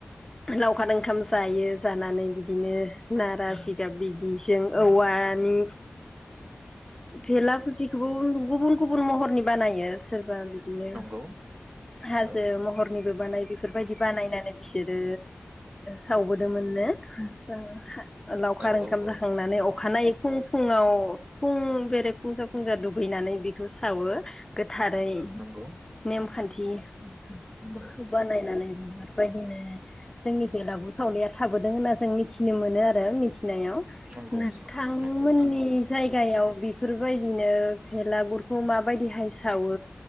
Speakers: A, on the left; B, on the right.
A: लावखार ओंखाम जायो जानानै बिदिनो नारा सिगाब बिदिजों औवानि भेला फुजखौबो गुबुन गुबुन महरनि बानायो सोरबा बिदिनो
B: नंगौ
A: हाजो
B: औ
A: महरनिबो बानाय बेफोरबायदि बानायनानै बिसोरो सावबोदोंमोननो। थ' लावखार
B: औ
A: ओंखाम
B: औ
A: जाखांनानै
B: औ
A: अखानायै फुं फुुंआव फुं बेरे फुंजा फुंजा दुगैनानै बेखौ सावो‌। थारै
B: नंगौ
A: नेमखान्थि बि
B: औ
A: बानायनानै। बेफोरबायदिनो जोंनि बेलागुर सावनाया थाबोदों होन आरो जों मिथिनो मोनो आरो। नायाव
B: नंगौ
A: नोंथांमोननि
B: नंगौ नंगौ
A: जायग गायाव बेफोरबायदिनो भेलागुरखौ माबायदिहाय सावो